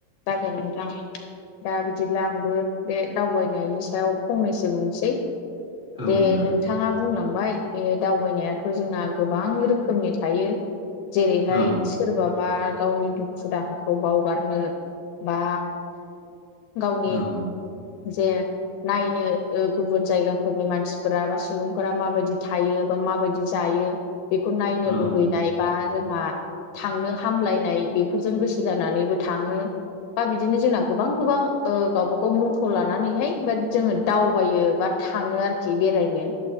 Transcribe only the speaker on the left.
जागाय नोंथां दा बिदिब्ला आंबो बे दावबायनायनि सायाव फंनैसो बुंनोसै
दे
नों बिथाङा बुंलांबाय ए दावबायनायाथ' जोंना गोबां रोखोमनि थायो। जेरैहाय
सोरबाबा गावनि दुखु दाहा खौ बावगारनो बा गावनि
जे नायनो गुबुन जायगाफोरनि मानसिफोरा बा सुबुंफोरा माबायदि थायो बा माबायदि जायो। बेखौ नायनो
लुगैनाय बा जोंहा थांनो हामलायनाय बेफोरजों गोसो जानानैबो थाङो बा बिदिनो जोंना गोबां गोबां गावबाागाव मथ' लानानैहाय बा जोङो दावबायो बा थाङो आरोखि बेरायनो